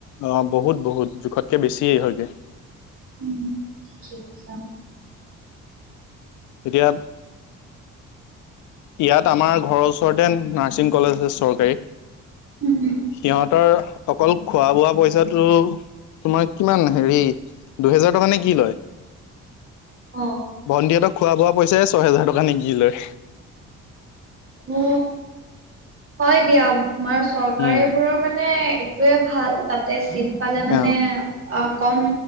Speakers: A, on the left; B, on the right.
A: অ বহুত বহুত জোখতকে বেছিয়ে হয়গে।
B: উম ঠিকেই কৈছা।
A: এতিয়া ইয়াত আমাৰ ঘৰৰ ওচৰতে নাৰ্ছিং কলেজ আছে চৰকাৰী
B: উম, উম,
A: সিহঁত তৰ অকল খোৱা বোৱা পইচাটো তোমাৰ কিমান হেৰি দুহেজাৰ টকা নে কি লয়
B: অ',
A: ভণ্টিহতক খোৱা বোৱা পইচাই ছয় হেজাৰ টকা নে কি লয়।
B: উ হয় দিয়া আমাৰ চৰকাৰীবোৰৰ
A: উম
B: মানে তুৰে ভাল তাতে চিত পালে মানে
A: অ
B: অ কম